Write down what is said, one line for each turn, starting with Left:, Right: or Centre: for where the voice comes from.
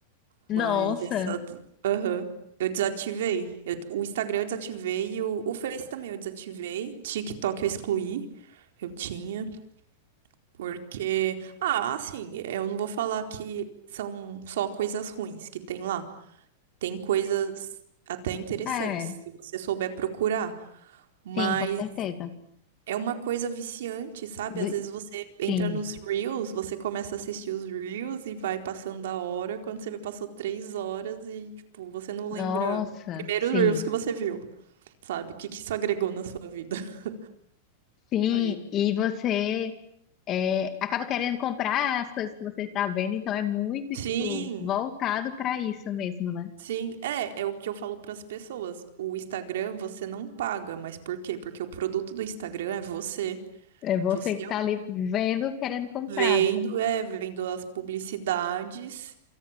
Left: Nossa.
Right: Mas essa, aham. Eu desativei. Eu- o Instagram eu desativei e o, o Face também eu desativei. TikTok eu excluí. Eu tinha. Porque, ah, assim, eu não vou falar que são só coisas ruins que tem lá. Tem coisas até interessantes,
Left: É.
Right: se você souber procurar. Mas
Left: Sim, com certeza.
Right: é uma coisa viciante, sabe?
Left: Vi-
Right: Às vezes você entra
Left: Sim.
Right: nos Reels, você começa a assistir os Reels e vai passando a hora. Quando você vê, passou três horas e, tipo, você não lembra
Left: Nossa,
Right: primeiro
Left: sim.
Right: os Reels que você viu, sabe? O que que isso agregou na sua vida? <laughs>
Left: Sim,
Right: Aí.
Left: e você é, acaba querendo comprar as coisas que você está vendo, então é muito,
Right: Sim,
Left: tipo, voltado para isso mesmo, né?
Right: sim. É, é o que eu falo para as pessoas. O Instagram você não paga, mas por quê? Porque o produto do Instagram é você.
Left: É você
Right: Você
Left: que tá ali vendo, querendo comprar,
Right: Vendo,
Left: né?
Right: é, vendo as publicidades,